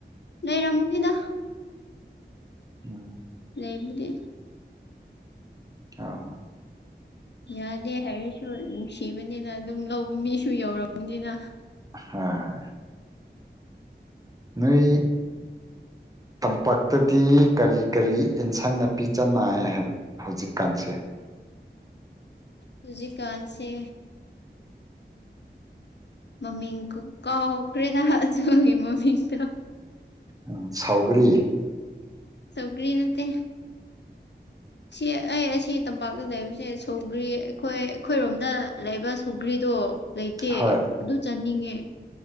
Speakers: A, on the left; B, on the right.
A: ꯂꯩꯔꯝꯅꯤꯗ
B: ꯎꯝ
A: ꯂꯩꯕꯨꯗꯤ
B: ꯑꯥ
A: ꯌꯥꯗꯦ ꯍꯥꯏꯔꯁꯨ ꯅꯨꯡꯁꯤꯕꯅꯤꯅ ꯑꯗꯨꯝ ꯂꯧꯕ ꯃꯤꯁꯨ ꯌꯧꯔꯝꯅꯤꯅ
B: ꯍꯣꯏ ꯍꯣꯏ ꯅꯣꯏ ꯇꯝꯄꯥꯛꯇꯗꯤ ꯀꯔꯤ ꯀꯔꯤ ꯑꯦꯟꯁꯪ ꯅꯥꯄꯤ ꯆ ꯅꯥꯏ ꯍꯥꯏ ꯍꯧꯖꯤꯛꯀꯥꯟꯁꯦ
A: ꯍꯧꯖꯤꯛ ꯀꯥꯟꯁꯦ ꯃꯃꯤꯡ ꯀꯥꯎꯈ꯭ꯔꯦꯗ ꯑꯦꯟꯁꯥꯡ ꯒꯤ ꯃꯃꯤꯡꯗꯣ
B: ꯎꯝ ꯁꯥꯎꯒꯔꯤ
A: ꯁꯧꯒꯔꯤ ꯅꯠꯇꯦ
B: <unintelligible>
A: ꯁꯤ ꯑꯩ ꯑꯁꯤ ꯇꯝꯄꯥꯛꯇ ꯂꯩꯕꯁꯦ ꯁꯧꯒ꯭ꯔꯤ ꯑꯩꯈꯣꯏ ꯑꯩꯈꯣꯏꯔꯣꯝꯗ ꯂꯩꯕ ꯁꯧꯒ꯭ꯔꯤꯗꯣ ꯂꯩꯇꯦ
B: ꯍꯣꯏ
A: ꯑꯗꯨ ꯆꯥꯅꯤꯡꯉꯦ